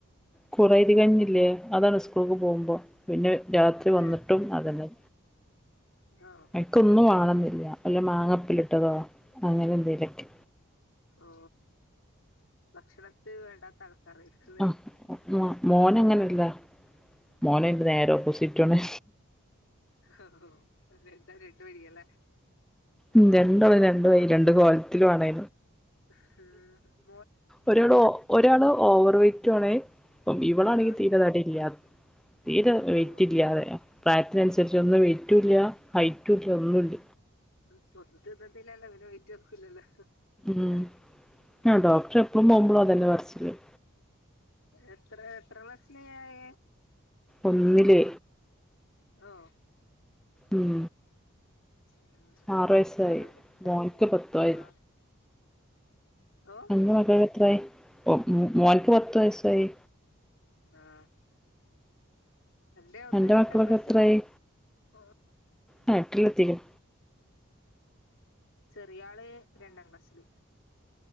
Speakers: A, in the centre; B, on the left (about 65°).
A: കുറ ഇത് കഴിഞ്ഞില്ലേ അതാണ് സ്കൂൾക്ക് പോകുമ്പോ പിന്നെ രാത്രി വന്നിട്ടും
B: ഏ
A: അതന്നെ.
B: ആഹ്
A: നിക്കൊന്നും വാണന്നില്ല വല്ല മാങ്ങപ്പിലിട്ടതോ അങ്ങനെ എന്തേലൊക്കെ.
B: ഓ ഭക്ഷണത്തി വേണ്ടാത്ത ആൾക്കാരായിരിക്കുല്ലേ
A: ആഹ് മോനങ്ങനല്ല മോനതിന്റെ
B: ഉം
A: നേരെ ഓപ്പോസിറ്റു ആണ്
B: ആഹ് ഹോ രണ്ടാ രണ്ട് വഴിയല്ലേ
A: മ് രണ്ടാളും രണ്ടുവഴി രണ്ട് കോലത്തിലും ആണ്
B: ഹം
A: ഒരാള് ഒരാള് ഓവർ വെറ്റ് ആണ് അപ്പം ഇവളാണെങ്കിൽ
B: ആ
A: തീരെ തടിയില്ല തീരെ
B: ഓ
A: വെറ്റ് ഇല്ല അത പ്രായത്തിനനുസരിച്ച് ഒന്നും വെറ്റും ഇല്ല ഹൈറ്റുംല്ല ഒന്നുമല്ല
B: <unintelligible> ഇന്നല്ലല്ലോ പിനെ വേറ്റ വക്കല്ലല്ലോ
A: മ ആ ഡോക്ടറെ എപ്പോഴും പോകുമ്പോളും അതെല്ലാം പറയിൻ
B: എത്ര എത്ര വയസ്സിലായെ?
A: ഒന്നില്
B: ആഹ
A: ഉം
B: ഉ
A: ആറ് വയസ്സായി
B: എട്ട ഒന്നും കഴി
A: മോൻക്ക് പത്ത് വയ
B: ആഹ <unintelligible>
A: മകൾ എത്രായി മോനക്ക് പത്ത് വയസായി
B: ആഹ എന്റെ ഒന്ന്
A: അന്റെ
B: എട്ടാം
A: മക്കളൊക്കെ
B: ക്ലാസ്സില്
A: എത്രായി
B: <unintelligible>
A: ആ എട്ടിലെത്തിക്ക്ണ്
B: ചെറിയ ആള് രണ്ടാം ക്ലാസ്സില്